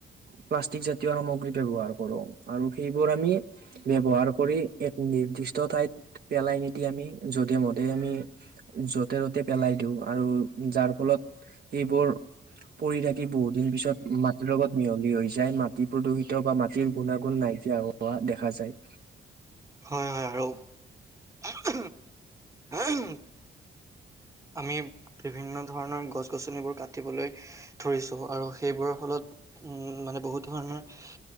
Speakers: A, on the right; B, on the right.
A: প্লাষ্টিক জাতীয় সামগ্ৰী ব্যৱহাৰ কৰো আৰু সেইবোৰ আমি ব্যৱহাৰ কৰি এক নিৰ্দিষ্ট ঠাইত পেলাই নিদি আমি যধে মধে আমি য'তে ত'তে পেলাই দিও আৰু যাৰ ফলত সেইবোৰ পৰি থাকি বহুত দিন পিছত মাটিৰ লগত মিহলি হৈ যায় মাটি প্ৰদূষিত বা মাটিৰ গুণাগুণ নাই কিয়া হোৱা দেখা যায়
B: হয় হয় আৰু ওমহ এমহ আমি বিভিন্ন ধৰণৰ গছ গছনিবোৰ কাটিবলৈ ধৰিছোঁ আৰু সেইবোৰৰ ফলত উ মানে বহুত ধৰণৰ